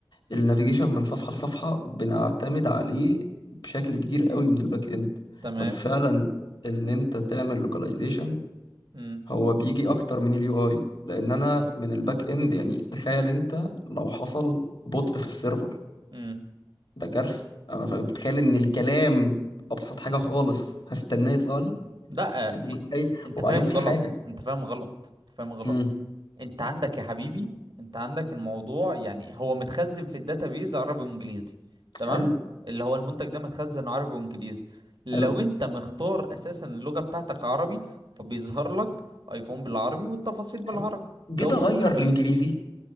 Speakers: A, on the left (about 70°); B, on the right (about 70°).
A: النافيجيشن من صفحة لصفحة بنعتمد عليه بشكل كبير قوي من الباك اند
B: تمام
A: بس فعلا ان انت تعمل لوكاليزيشن
B: امم
A: هو بيجي اكتر من اليو اي لان انا من الباك اند يعني تخيل انت لو حصل بطء في السيرفر
B: امم
A: ده كارثه انا فاهم بتخيل ان الكلام ابسط حاجه خالص هستناه يطلع لي
B: لا
A: انت
B: في
A: متخيل
B: انت
A: وبعدين
B: فاهم
A: في
B: غلط
A: حاجه
B: انت فاهم غلط انت فاهم غلط
A: امم
B: انت عندك يا حبيبي انت عندك الموضوع يعني هو متخزن في الداتابيز عربي وانجليزي تمام
A: حلو
B: اللي هو المنتج ده متخزن عربي وانجليزي لو
A: حلو
B: انت مختار اساسا اللغه بتاعتك عربي فبيظهر لك ايفون بالعربي والتفاصيل بالعربي
A: حلو جيت
B: لو مختارها
A: اغير
B: بالانجليزي
A: الانجليزي